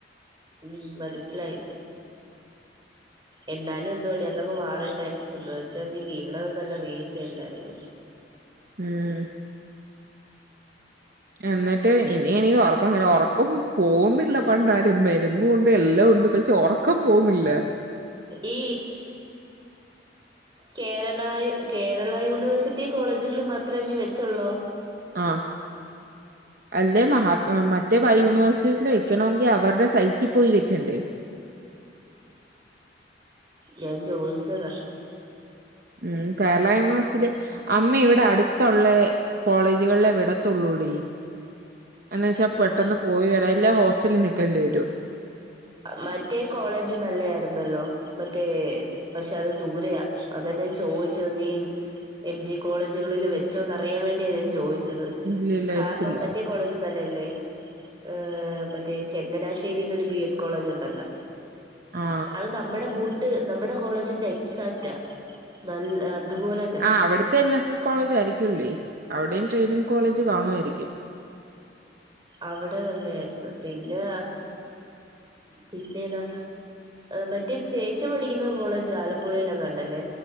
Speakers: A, on the right; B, on the right.
A: ഉം മനസ്സിലായി എന്നാലും എന്തുവാടി അതങ് മാറട്ടെ ഒന്ന് വെച്ചാ നി വീണത് നല്ല വീഴ്ചയല്ലാരുന്നൊ
B: ഉം എന്നിട്ട് ഇനി എനിക്ക് ഒറക്കം വ ഒറക്കം പോന്നില്ല പണ്ടാരം മരുന്നുണ്ട് എല്ലാം ഉണ്ട് പക്ഷെ ഒറ ക്കം പോന്നില്ല
A: ഈ കേരള കേരള യൂണിവേഴ്സിറ്റി കോളേജുകളി മാത്രമേ നീ വെച്ചോള്ളോ
B: ആഹ് അല്ലെ മഹാ മറ്റേ ബൈ യൂണിവേഴ്സിൽ വെക്കണോങ്കി അവറെ സൈറ്റി പോയി വെക്കണ്ടേ
A: ഞാൻ ചോദിച്ചതാ
B: ഉം കേരള യൂണിവേഴ്സിറ്റി അമ്മ ഇവിടെ അടു ത്തൊള്ള കോളേജുകളിലെ വിടത്തുള്ളൂ ടീ എന്നു വെച്ചാ
A: ഉം
B: പെട്ടെന്ന് പോയി വരാം ഇല്ല ഹോസ്റ്റലിൽ നിൽക്കേണ്ടി വരും
A: മറ്റേ കോളേജ് നല്ല ആരുന്നല്ലോ മറ്റേ പക്ഷെ അത് ദൂരയാ അതാ ഞാൻ ചോയിച്ചത് നീ എം ജി കോളേജുകളിൽ വെച്ചോന്ന് അറിയാവേണ്ടിയാ ഞാൻ ചോദിച്ചത്
B: ഇല്ല ഇല്ല
A: കാർണം
B: വെച്ചില്ല
A: മറ്റേ കോളേജ് നല്ലല്ലേ ഏഹ് മറ്റേ ചെങ്ങനാശ്ശേരിലോ ഒരു ബിയെറ്റ് കോളജ് ഒണ്ടല്ലോ
B: ആ
A: അത് നമ്മടെ കൂ ട്ട് നമ്മുടെ കോളേജിന്റെ എക്സാറ്റാ നൽ അതുപോലെ
B: അവിട്ത്തെ എൻ എസ് എസ് കോളേജായിരിക്കുല്ലേ അവിടെയും ട്രെയിനിങ് കോളേജ് കാണുയിരിക്കും
A: അവിടെ തല്ലായിരുന്നു പിന്നെ പിന്നെതാ മറ്റേ ചേച്ചി പഠിക്കുന്ന കോളേജ് ആലപ്പുഴയിലെങ്ങാണ്ടല്ലേ